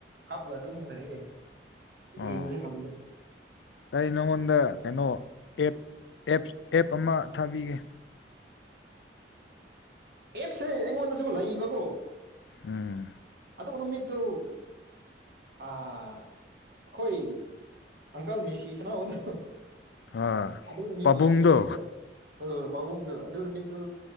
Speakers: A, on the right; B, on the left.
A: ꯀꯞꯂ ꯇꯨꯝꯒ꯭ꯔꯦ ꯌꯦꯡ
B: ꯑꯣ
A: ꯌꯦꯡꯕꯗꯤ ꯐꯪꯗꯦ
B: ꯑꯩ ꯅꯉꯣꯟꯗ ꯀꯩꯅꯣ ꯑꯦꯞ ꯑꯦꯞꯁ ꯑꯦꯞ ꯑꯃ ꯊꯥꯕꯤꯒꯦ
A: ꯑꯦꯞꯁ ꯁꯦ ꯑꯩꯉꯣꯟꯗꯖꯨ ꯂꯩꯕꯀꯣ
B: ꯎꯝ
A: ꯑꯗꯨꯒ ꯅꯨꯃꯤꯠꯇꯨ ꯑꯥ ꯈꯣꯏ ꯑꯪꯀꯜ ꯃꯦꯁꯤ ꯁꯥꯟꯅꯕꯗꯣ
B: ꯍꯣꯏ
A: ꯑꯗꯨ ꯅꯨꯃꯤꯠꯗꯤ
B: ꯄꯥꯕꯨꯡꯗꯣ
A: ꯅ ꯅꯨꯃꯤꯠꯅꯤꯗ ꯑ ꯄꯥꯕꯨꯡꯗꯣ ꯑꯗꯨ ꯅꯨꯃꯤꯠꯇꯨ